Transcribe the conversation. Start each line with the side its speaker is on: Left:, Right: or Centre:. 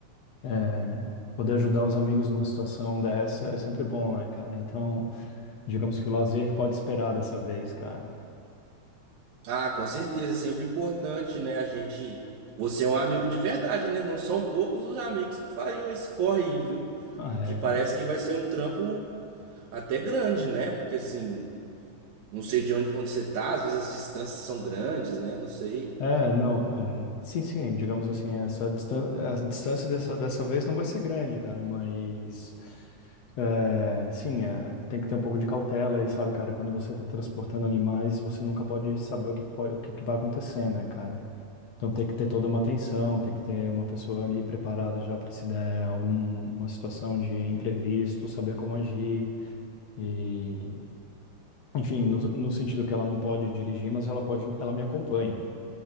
Left: é, poder ajudar os amigos numa situação dessa é sempre bom, né, cara? Então, digamos que o lazer pode esperar dessa vez, cara.
Right: Ah, com certeza, é sempre importante, né? A gente. Você é um amigo de verdade, né? Não são poucos os amigos que fariam esse corre aí, viu?
Left: Ah,
Right: Porque
Left: É,
Right: parece
Left: cara.
Right: que vai ser um trampo até grande, né? Porque assim. Não sei de onde, onde você tá, às vezes as distâncias são grandes, né? Não sei.
Left: É, não, é, sim, sim, digamos assim, essa distância, a distância dessa, dessa vez não vai ser grande, cara, mas é, sim, é, tem que ter um pouco de cautela aí, sabe, cara, quando você tá transportando animais, você nunca pode saber o que, que pode- o que que vai acontecer, né, cara? Então tem que ter toda uma atenção, tem que ter uma pessoa ali preparada já para se der alguma situação de imprevisto, saber como agir e, enfim, no, no sentido que ela não pode dirigir, mas ela pode, ela me acompanha.